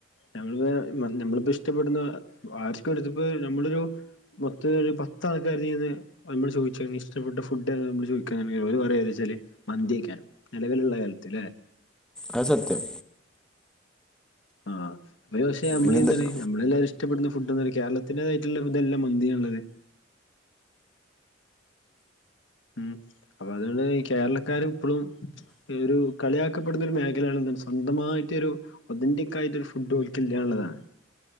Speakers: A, on the left (about 70°); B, in the centre.
A: നങ്ങ തെ നമ്മളിപ്പോ ഇഷ്ടപ്പെടുന്ന ആർക്ക് വേണ്ടി ത്പ്പോ നമ്മളൊരു മൊത്തം ഒരു പത്ത്ആൾക്കാർ ചെയ്ത് നമ്മൾ ചോദിച്ച ഇഷ്പെട്ട ഫുഡ് ഏതാ നമ്മൾചോദിക്കാണങ്കി ഓല് പറ ഏതാച്ചാല് മന്തി ഏക്കാരം നിലവിലുള്ള കാലത്ത്ല്ലേ
B: അഹ് സത്യം
A: ആഹ് ഒര് പക്ഷേ നമ്മളീ
B: പിന്നെന്ത്
A: എന്താണ് നമ്മളെല്ലാരും ഇഷ്ടപ്പെടുന്ന ഫുഡ് എന്ന നിലക്ക് കേരളത്തിന്റെതായിട്ടുള്ള ഇതല്ല മന്തി ന്നുള്ളത് ഉം അപ്പൊ അതുകൊണ്ട് ഈ കേരളക്കാര് ഇപ്പളും ഒരു കളിയാക്കപ്പെടുന്നൊരു മേഖലയാണ്ന്തൻ സ്വന്തമായിട്ട് ഒരു ഒതന്റിക് ആയിട്ട് ഒരു ഫുഡ് ഒലിക്കില്ല എന്നുള്ളതാണ്